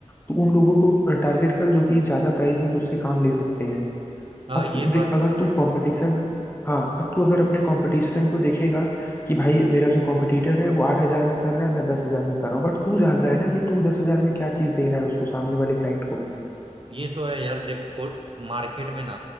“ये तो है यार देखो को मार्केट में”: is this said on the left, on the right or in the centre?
Right